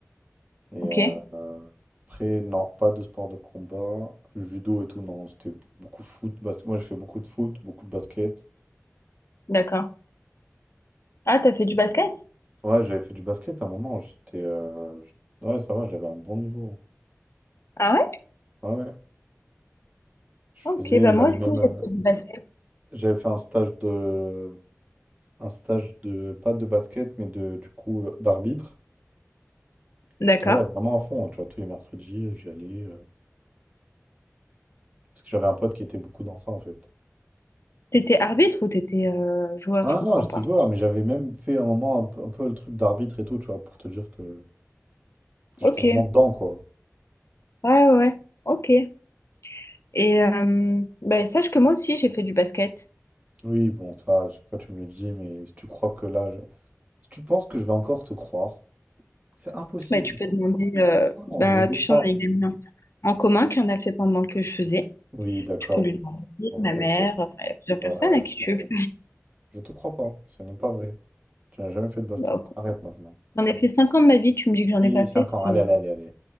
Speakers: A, on the right (about 25°); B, on the left (about 60°).
A: Et
B: Ok,
A: euh, euh, après, non, pas de sport de combat. Judo et tout, non, c'était beaucoup foot. basket. Moi, j'ai fait beaucoup de foot, beaucoup de basket.
B: d'accord. Ah, t'as fait du basket?
A: Ouais, j'avais fait du basket à un moment. J'étais, euh, j- Ouais, ça va, j'avais un bon niveau.
B: Ah ouais?
A: Ouais, ouais. Je
B: Ok,
A: faisais,
B: bah
A: j'allais
B: moi aussi
A: même. euh,
B: j'ai fait du basket.
A: J'avais fait un stage de. Un stage de. Pas de basket, mais de, du coup, euh, d'arbitre.
B: D'accord.
A: J'étais, ouais, vraiment à fond. Tu vois, tous les mercredis, j'y allais. euh, Parce que j'avais un pote qui était beaucoup dans ça, en fait.
B: T'étais arbitre ou t'étais euh, joueur?
A: Ah
B: Je comprends
A: non, j'étais
B: pas.
A: joueur, mais j'avais même fait un moment un peu, un peu le truc d'arbitre et tout, tu vois, pour te dire que. J'étais
B: Ok,
A: vraiment
B: ouais,
A: dedans, quoi.
B: ouais, ouais. ok. Et euh, ben, sache que moi aussi j'ai fait du basket.
A: Oui, bon, ça, à chaque fois tu me le dis, mais si tu crois que là, je- si tu penses que je vais encore te croire, c'est impossible.
B: Ben, tu peux demander, euh,
A: Non,
B: bah,
A: je vais
B: tu
A: te croire.
B: sais, on a une amie en en commun qui en a fait pendant que je faisais.
A: Oui, d'accord.
B: Tu peux lui
A: oui.
B: demander,
A: Ok,
B: ma mère,
A: ok.
B: enfin, il y a plusieurs personnes
A: D'accord,
B: à qui tu
A: oui. Je te crois pas. Ce n'est pas vrai. Tu n'as jamais fait de basket.
B: veux.
A: Arrête maintenant.
B: J'en ai fait 5 ans de ma vie, tu me dis que j'en
A: Oui,
B: ai pas fait,
A: 5
B: c'est...
A: ans. Allez, allez, allez, allez.